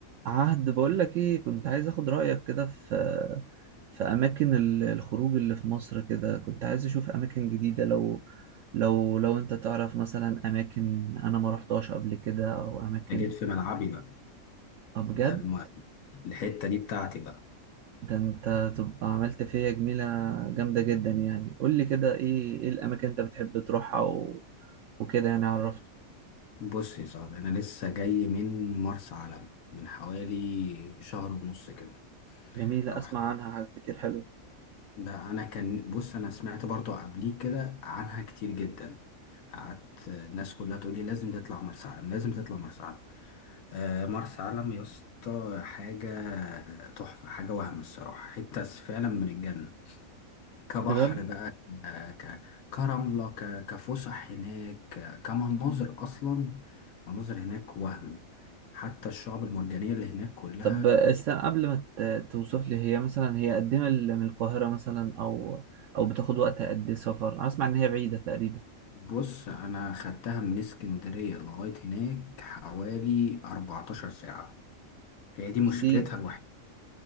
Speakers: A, on the right; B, on the left.
A: عهد بقول لك ايه كنت عايز اخد رأيك كده في في اماكن ال- الخروج اللي في مصر كده كنت عايز اشوف اماكن جديدة لو لو لو انت تعرف مثلا اماكن انا ما رحتهاش قبل كده او اماكن
B: جيت في ملعبي بقى
A: آه بجد
B: ده الم... الحتة دي بتاعتي بقى
A: ده انت تبقى عملت فيا جميلة جامدة جدا يعني قول لي كده ايه ايه الاماكن انت بتحب تروحها و... وكده يعني عرفت
B: بص يا صاحبي أنا لسه جاي من مرسى علم من حوالي شهر ونص كده
A: جميلة
B: رحت
A: اسمع عنها حاجات كتير حلوة
B: ده أنا كان بص أنا سمعت برضو قبليك كده عنها كتير جدا قعدت الناس كلها تقول لي لازم تطلع مرسى علم لازم تطلع مرسى علم آه، مرسى علم يا اسطى حاجة تحفة حاجة وهم الصراحة حتة فعلا من الجنة كبحر
A: بجد
B: بقى ك- كرملة ك- كفسح هناك ك- كمناظر أصلا مناظر هناك وهم حتى الشعب المرجانية اللي هناك كلها
A: طب استنى قبل ما ت- توصف لي هي مثلا هي قد ايه من من القاهرة مثلا او او بتاخد وقت قد ايه سفر انا اسمع ان هي بعيدة تقريبا
B: بص أنا خدتها من اسكندرية لغاية هناك حوالي 14 ساعة هي دي مشكلتها
A: كتير
B: الوحيدة